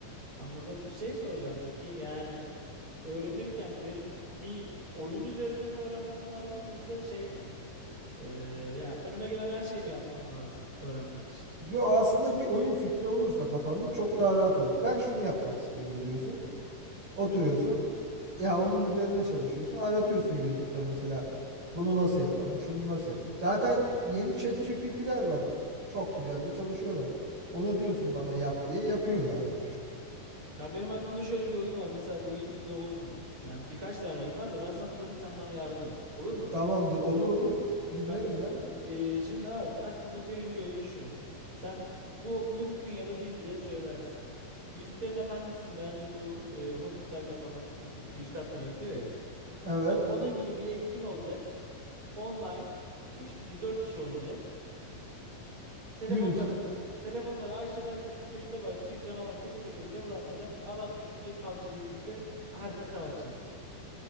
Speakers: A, on the right; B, on the right.
A: anladım. Bir şey soracağım peki. Yani öğrenirken benim bir oyun üzerine mi öğrenmem lazım yoksa şey mi? Ee, yani önüme gelen her şeyi mi yapmam lazım öğrenmek için?
B: Yo aslında bir oyun fikri olursa kafanda çok daha rahat olur. Ben şunu yapmak istiyorum diyorsun. Oturuyorsun. Ya onun üzerine çalışıyorsun. Aratıyorsun YouTube'da mesela. Bunu nasıl yaparım? Şunu nasıl yaparım? Zaten yeni ChatGPT'ler var. Çok güzel de çalışıyorlar. Ona diyorsun bana yap diye yapıyor az buçuk.
A: Ya benim aklımda şöyle bir oyun var. Mesela bu Unity'de olur mu? Yani birkaç tane oyun var da ben sana sorayım sen bana yardım et. Olur mu?
B: Tamamdır olur olur dinlerim
A: Ba-
B: ya.
A: e, e, şimdi abi aklımda birinci oyun şu. Sen bu mümkün ya da değil diye söylersin. Yüzüklerin Efendisi'nde hani bu e, hobbitlerle falan gidip yüzük atmaya gidiyor ya.
B: Evet.
A: O- onun gibi bir ekibin olacak. Online. üç kişi 4 kişi oynayacak. Telefonları
B: Unity'de
A: telefonları açacağız herkes bir köşede başlayacak. Canavar kese kese level atlayacaksın. Alan küçülecek PUBG'deki gibi herkes savaşacak.